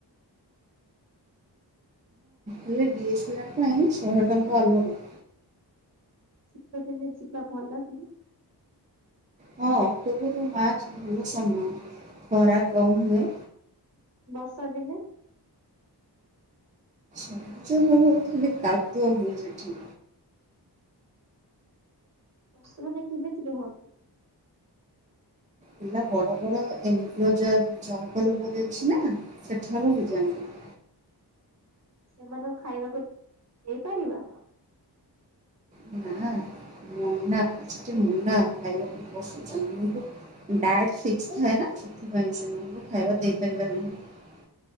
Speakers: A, on the right (about 20°); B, on the right (about 40°).
A: ହେଲେ ଡିଏସ୍ଲାର ପାଇଁ ଶହେ ଟଙ୍କା ଅଲଗା।
B: ଶୀତଦିନେ ଯିବା ଭଲ କି?
A: ହଁ ଅକ୍ଟୋବରରୁୁ ମାର୍ଚ୍ଚ ଭଲ ସମୟ ଖରା କମ୍ ହୁଏ।
B: ବର୍ଷା ଦିନେ
A: <inaudible> ଖାଲି କାଦୁଅ ହୁଏ ସେଠି।
B: ପଶୁମାନେ କେମିତି ରୁହନ୍ତି?
A: ହେଲା ବଡ ବଡ ଏନକ୍ଲୋଜର ଜଙ୍ଗଲ ଉପରେ ଅଛି ନା ସେଠାରେ ରହି ଯାଆନ୍ତି। <inaudible>
B: ସେମାନଙ୍କୁ ଖାଇବାକୁ ଦେଇପାରିବା।
A: ନାଁ <inaudible> ଡାଏଟ ଫିକ୍ସ ଥାଏ ନା। ସେଥିପାଇଁ ସେମାନଙ୍କୁ ଖାଇବା ଦେଇପାରିବା ନାହିଁ।